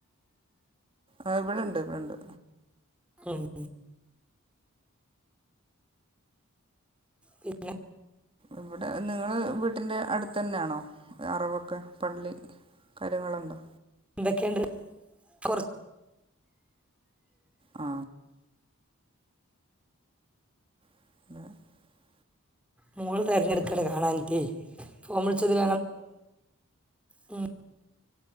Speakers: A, on the right; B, in the centre.
A: ആ ഇവിടെണ്ട് ഇവിടെണ്ട്.
B: ഉം പിന്നെ
A: ഇവിടെ നിങ്ങള് വീട്ടിന്റെ അടുത്ത തന്നെയാണോ അറവൊക്കെ പള്ളി കാര്യങ്ങളൊണ്ടോ?
B: എന്തൊക്കെയിണ്ട് പൊറ
A: ആ <inaudible>
B: മോള് തിരഞ്ഞെടുക്കയാണ് കാണാനിട്ടേ ഫോം വിളിച്ചത് <unintelligible>